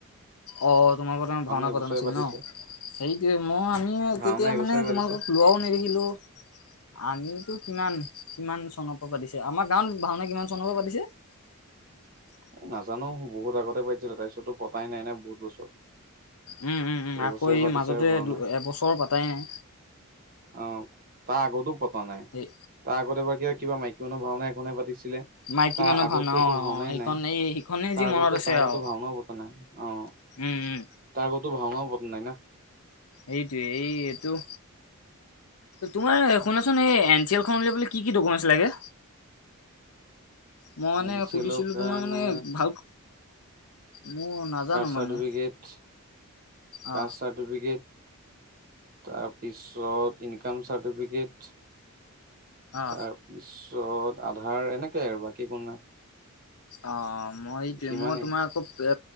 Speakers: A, on the left (about 80°); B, on the right (about 40°).
A: অ তোমালোকৰ তাইমত ভাওনা
B: এইবছৰে
A: পতা নাছিল
B: পাতিছে
A: ন। সেইটোয়ে মই আমি
B: ভাওনা
A: তেতিয়া
B: এইবছৰে
A: মানে
B: পাতিছে
A: তোমালোকক লোৱাও নেদেখিলো আমিতো কিমান কিমান চনপা পাতিছে আমাৰ গাঁৱত ভাওনা কিমান চনপা পাতিছে। <unintelligible>
B: নাজানো বহুত আগতে পাটিছিলে তাৰপিছততো পতাই নাই না বহুত বছৰ।
A: উম উম উম
B: এইবছৰে
A: আকৌ এই
B: পাতিছে
A: মাজতে
B: আৰু ভাওনা
A: দু এবছৰ পাতাই নাই।
B: অ তাৰ আগতো পতা নাই,
A: সেই
B: তাৰ আগতে এবাৰ কিব কিবা মাইকী মানুহ ভাওনা এখনে পাতিছিল।
A: মাইকী
B: তাৰ
A: মানুহ
B: আগতো
A: ভাওনা অ'
B: একো ভাওনাই
A: অ' সেইখন
B: নাই,
A: এই সেইখনেই
B: তাৰ
A: যি মনত
B: আগতো
A: আছে
B: তাৰ আগতো
A: আৰু
B: ভাওনাও পতা নাই অ।
A: উম উম।
B: তাৰ আগতো ভাওনাও পতা নাই না।
A: এইটোৱে এই এইটো। তোমাৰ শুনাচোন এই এন চি এল খন উলিয়াবলে কি কি ডকুমেন্ট লাগে। মই মানে
B: এন চি
A: সুধিছিলো
B: এল কাৰণে।
A: তোমাৰ মানে ভাল মোৰ নাজানো
B: কাষ্ট
A: মানে
B: চাৰ্টিফিকেট
A: অ
B: কাষ্ট চাৰ্টিফিকেট তাৰপিছত ইনকাম চাৰ্টিফিকেট।
A: অ
B: তাৰপিছত আধাৰ এনেকে আৰু বাকী একো নাই।
A: অ মই সেইটোয়ে
B: সিমানেই
A: মই তোমাৰ আকৌ এ